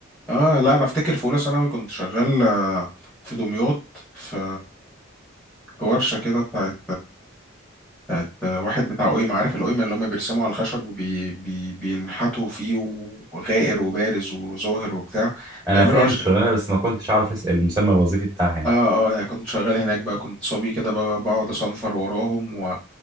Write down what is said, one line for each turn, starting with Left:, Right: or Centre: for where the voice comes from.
Centre: اه لا انا افتكر في اولى ثانوي كنت شغال آه، في دمياط في في ورشه كده بتاعت بتاعت واحد بتاع قيمه عارف القيمه اللي هم بيرسموا على الخشب وبينحتوا فيه وغائر وبارز وظاهر وبتاع
Right: أنا
Centre: بيعملوا
Right: فاهم
Centre: اشكال
Right: الشغلانة بس ما كنتش أعرف أسأل المسمى الوظيفي بتاعها يعني
Centre: اه اه يعني كنت شغال هناك بقى كنت صبي كده بقى- بقعد اصنفر وراهم و...